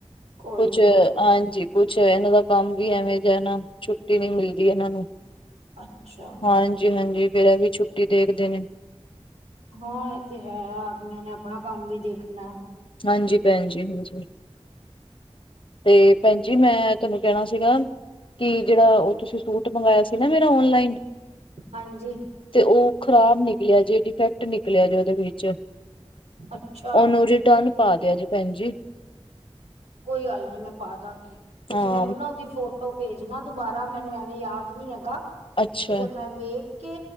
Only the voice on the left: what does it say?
ਕੁਛ
ਹਾਂਜੀ। ਕੁਛ ਇਹਨਾਂ ਦਾ ਕੰਮ ਵੀ ਐਵੇਂ ਦਾ ਨਾ, ਛੁੱਟੀ ਨੀ ਮਿਲਦੀ ਇਹਨਾਂ ਨੂੰ।
ਹਾਂਜੀ- ਹਾਂਜੀ, ਫੇਰ ਐਵੀਂ ਛੁੱਟੀ ਦੇਖਦੇ ਨੇ।
ਹਾਂਜੀ ਭੈਣਜੀ, ਹਾਂਜੀ। ਤੇ ਭੈਣਜੀ ਮੈਂ ਤੁਹਾਨੂੰ ਕਹਿਣਾ ਸੀਗਾ। ਕਿ ਜਿਹੜਾ ਉਹ ਤੁਸੀਂ ਸੂਟ ਮੰਗਵਾਇਆ ਸੀ ਨਾ ਮੇਰਾ ਔਨਲਾਈਨ।
ਤੇ ਉਹ ਖ਼ਰਾਬ ਨਿਕਲਿਆ ਜੇ, ਡਿਫੈਕਟ ਨਿਕਲਿਆ ਜੇ ਉਹਦੇ ਵਿੱਚ।
ਉਹਨੂੰ ਰਿਟਰਨ ਪਾ ਦਿਆ ਜੇ ਭੈਣ ਜੀ।
ਹਾਂ
ਅੱਛਾ